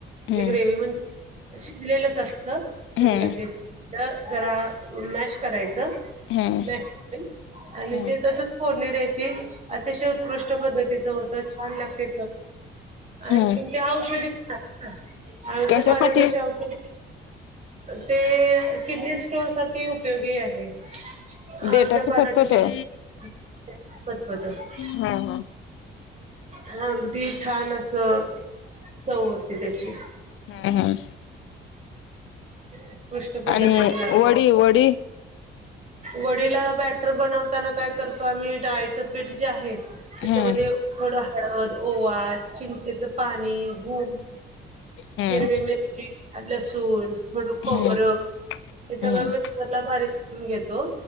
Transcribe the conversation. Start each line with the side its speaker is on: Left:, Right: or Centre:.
Right: म्हणजे
Left: हम्म
Right: ग्रेव म्हणजे शिजलेलंच असतं, थोडक्यात
Left: हम्म
Right: ते, जरा मॅश करायचं
Left: हम्म
Right: ना आणि
Left: हम्म
Right: ते तसच फोडणी द्यायची अतिशय उत्कृष्ट पद्धतीचं होतं छान लागते. आणखी
Left: हम्म
Right: औषधी पण असतात ना, आळूची
Left: कशासाठी
Right: पानं जशी औषध ते किडनी स्टोन साठी उपयोगी आहे. अळूच्या
Left: देटाच
Right: पानाचेपतपत
Left: फतफतोय
Right: <unintelligible>
Left: हा हा...
Right: हा अगदी छान अस चव होते त्याची....
Left: हम हा....
Right: उत्कृष्ट पद्धतीने
Left: आणि
Right: लागतात....
Left: वडी वडी
Right: वडीला बॅटर बनवताना काय करतो आम्ही डाळीचं पीठ जे आहे.... त्याच्यामध्ये
Left: हम्म
Right: थोडं हळद ओवा चिंचेच पाणी तूप....
Left: हम्म
Right: हिरवी मिरची लसूण.... थोडं खोबरं
Left: हम्म
Right: हे सगळं
Left: हम्म
Right: मिक्सरला बारीक करून घेतो....